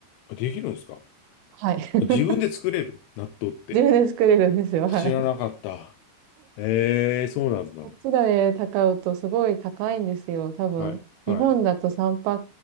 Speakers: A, on the left; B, on the right.
A: あ、できるんですか
B: はい。<laughs>
A: あ自分で作れる納豆って。
B: 自分で作れるんですよ。
A: 知らなかった。
B: はい。
A: ええそうなんだ。
B: こっちで高うとすごい高いんですよ。多分。
A: はい。はい。
B: 日本だと3パッ